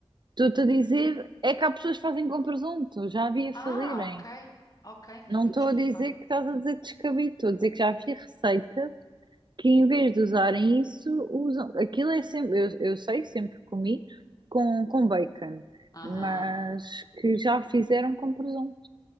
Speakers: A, on the right; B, on the left.
A: estou-te a dizer, é que há pessoas que fazem com presunto, já havia
B: Ah,
A: fazerem.
B: ok, ok, amiga,
A: Não estou
B: desculpa.
A: a dizer que estás a dizer descabido, estou a dizer que já havia receita que em vez de usarem isso, usam. Aquilo é sempre, eu, eu sei, sempre comi com, com bacon,
B: Aham.
A: mas que já fizeram com presunto.